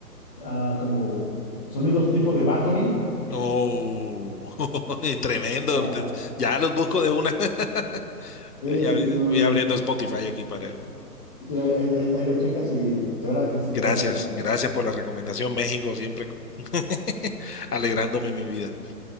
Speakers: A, on the left; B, on the left.
A: ah, como sonidos tipo de Battery.
B: Oh, <laughs> tremendo.
A: O sea,
B: Ya los busco de una. <laughs>
A: sí,
B: Ya
A: sí,
B: abri-
A: sí, no,
B: Voy
A: no,
B: abriendo
A: no.
B: Spotify aquí para
A: Sí, ahí, ahí- ahí- ahí lo checas y de verdad que sí, sí te
B: Gracias,
A: va a gustar, ¿no?
B: gracias por la recomendación. México siempre con- <laughs> alegrándome mi vida.